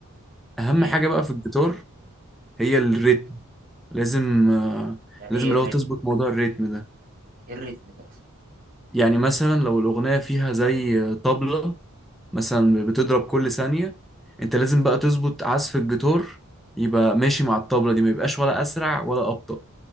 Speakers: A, in the centre; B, on the right.
A: اهم
B: إيه
A: حاجه بقى في الجيتار هي الريتم لازم آه،
B: يعني
A: لازم
B: إيه
A: اللي
B: الريتم؟
A: هو تظبط موضوع الريتم ده
B: ايه الريتم ده اصلا
A: يعني مثلا لو الاغنيه فيها زي آه، طبله مثلا بتضرب كل ثانيه انت لازم بقى تظبط عزف الجيتار يبقى ماشي مع الطبله دي ما يبقاش ولا اسرع ولا ابطأ